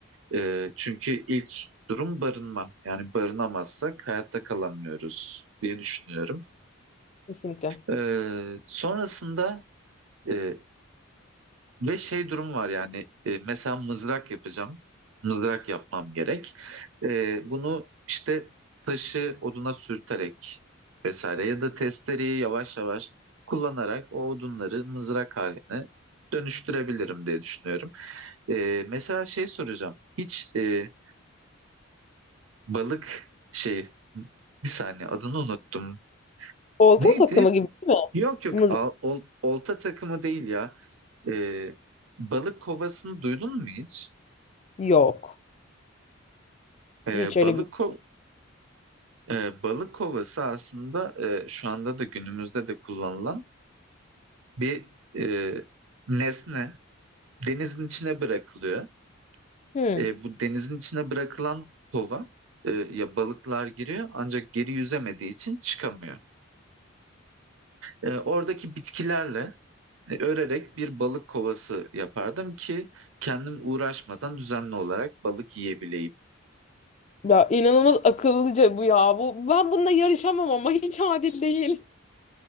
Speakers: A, on the right (about 70°); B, on the left (about 30°).
A: E, çünkü ilk durum barınma. Yani barınamazsak hayatta kalamıyoruz diye düşünüyorum.
B: Kesinlikle.
A: E, sonrasında Ee, ve şey durum var yani e, mesela mızrak yapacağım. Mızrak yapmam gerek. Ee, bunu işte taşı oduna sürterek vesaire ya da testereyi yavaş yavaş kullanarak o odunları mızrak haline dönüştürebilirim diye düşünüyorum. Ee, mesela şey soracağım. Hiç e, balık şey bir saniye adını unuttum.
B: Olta
A: Neydi?
B: takımı gibi değil mi?
A: Yok yok
B: Mızı-
A: al- ol- olta takımı değil ya. Ee, balık kovasını duydun mu hiç?
B: Yok.
A: Ee,
B: Hiç öyle
A: balık
B: bir...
A: ko- e, balık kovası aslında e, şu anda da günümüzde de kullanılan bir e, nesne. Denizin içine bırakılıyor.
B: Hmm.
A: E, bu denizin içine bırakılan kova e, ya balıklar giriyor ancak geri yüzemediği için çıkamıyor. E, oradaki bitkilerle e, örerek bir balık kovası yapardım ki kendim uğraşmadan düzenli olarak balık yiyebileyim.
B: Ya inanılmaz akıllıca bu ya. Bu ben bununla yarışamam ama hiç adil değil.